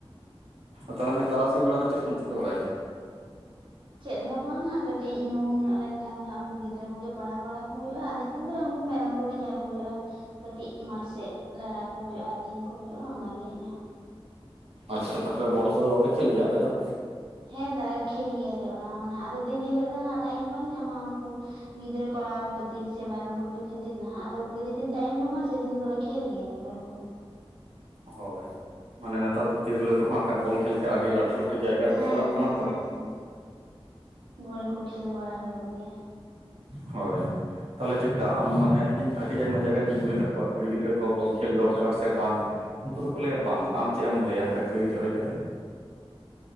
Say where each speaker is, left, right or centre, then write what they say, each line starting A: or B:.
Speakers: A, on the right; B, on the right.
A: ᱛᱟᱦᱚᱞᱮ ᱢᱟᱹᱭ ᱛᱟᱨᱟᱥᱤᱧ ᱵᱮᱲᱟ ᱫᱚ ᱪᱮᱫ ᱠᱚᱢ ᱪᱤᱠᱟᱹ ᱵᱟᱲᱟᱭ ᱜᱮ?
B: ᱪᱮᱫ ᱦᱚᱸ ᱵᱟᱝᱟ ᱠᱟᱹᱴᱤᱡ ᱧᱩᱦᱩᱢ ᱧᱚᱜ ᱞᱮᱠᱷᱟᱱ ᱫᱚ ᱦᱟᱸᱜ ᱩᱱᱠᱩ ᱜᱤᱫᱽᱨᱟᱹ ᱠᱚᱜᱮ ᱯᱟᱲᱟᱣ ᱵᱟᱲᱟ ᱠᱚ ᱦᱩᱭᱩᱜᱼᱟ ᱱᱤᱛᱚᱝ ᱫᱚ ᱩᱝᱠᱩ ᱢᱮᱨᱚᱢ ᱠᱚᱜᱮ ᱧᱮᱞ ᱠᱚ ᱦᱩᱭᱩᱜᱼᱟ᱾ ᱠᱟᱹᱴᱤᱡ ᱢᱟᱴᱷ ᱥᱮᱫ ᱞᱟᱲᱟ ᱠᱚ ᱦᱩᱭᱩᱜᱼᱟ, ᱟᱹᱛᱤᱧ ᱠᱚ ᱦᱩᱭᱩᱜᱼᱟ ᱚᱱᱟᱜᱮ ᱦᱮᱦᱟᱸᱜ᱾
A: ᱟᱪᱪᱷᱟ ᱛᱟᱦᱚᱞᱮ ᱵᱚᱞ ᱠᱚᱫᱚ ᱵᱟᱯᱮ ᱠᱷᱮᱞ ᱜᱮᱭᱟ ᱟᱯᱮ ᱫᱚ?
B: ᱦᱮᱸ ᱫᱟ ᱠᱷᱮᱞ ᱜᱮᱭᱟᱞᱮ ᱚᱱᱟ ᱚᱱᱟ ᱟᱫᱚ ᱫᱤᱱ ᱦᱤᱞᱳᱜ ᱫᱚ ᱱᱟᱜ ᱴᱟᱭᱤᱢ ᱵᱟᱝ ᱧᱟᱢᱟ ᱩᱱᱠᱩ ᱜᱤᱫᱽᱨᱟᱹ ᱯᱟᱲᱦᱟᱣ ᱠᱷᱟᱹᱛᱤᱨ ᱥᱮ ᱢᱮᱨᱚᱢ ᱜᱩᱯᱤ ᱠᱷᱟᱹᱛᱤᱨ ᱱᱟᱦᱟᱸᱜ ᱟᱫᱚ ᱡᱮᱫᱤᱱ ᱴᱟᱭᱤᱢ ᱧᱚᱜᱼᱟ ᱥᱮ ᱫᱤᱱ ᱫᱚᱞᱮ ᱠᱷᱮᱞ ᱜᱮᱭᱟ ᱵᱚᱞ ᱠᱚ᱾
A: ᱦᱳᱭ ᱢᱟᱱᱮ ᱱᱮᱛᱟᱨ ᱫᱚ ᱛᱤᱨᱞᱟᱹ ᱠᱚᱦᱚᱸ ᱦᱟᱠᱷᱟᱡ ᱵᱚᱞ ᱠᱷᱮᱞ ᱛᱮ ᱟᱹᱰᱤ ᱞᱟ ᱴᱩ ᱞᱟᱹᱴᱩ ᱡᱟᱭᱜᱟ ᱨᱮᱠᱚ
B: ᱦᱮᱸ
A: ᱪᱟᱞᱟᱜ ᱠᱟᱱᱟ
B: ᱦᱮᱸ
A: ᱛᱚ
B: ᱦᱮᱸ, ᱵᱚᱞ ᱠᱚ ᱠᱷᱮᱞ ᱵᱟᱲᱟ ᱦᱩᱭᱩᱜ ᱜᱤᱭᱟ᱾
A: ᱦᱳᱭ᱾ ᱛᱟᱦᱚᱞᱮ ᱪᱮᱫᱠᱟ ᱟᱢ ᱢᱟᱱᱮ ᱤᱧ ᱟᱹᱰᱤ ᱟᱭᱢᱟ ᱡᱟᱭᱜᱟ ᱨᱮᱜᱤᱧ ᱠᱩᱞᱤ ᱠᱟᱜ ᱠᱚᱣᱟ ᱠᱩᱲᱤ ᱜᱤᱫᱽᱨᱟᱹ ᱠᱚ ᱵᱚᱞ ᱠᱷᱮᱞ ᱫᱚᱨᱠᱟᱨ ᱥᱮ ᱵᱟᱝ ᱩᱝᱠᱩ ᱫᱚᱠᱚ ᱞᱟᱹᱭᱟ ᱵᱟᱝ ᱟᱢ ᱪᱮᱫ ᱮᱢ ᱞᱟᱹᱭᱟ ᱟᱝ ᱠᱷᱟᱱᱡ ᱠᱩᱲᱤ ᱜᱤᱫᱽᱨᱟᱹ ᱦᱩᱭ ᱠᱟᱛᱮᱫ?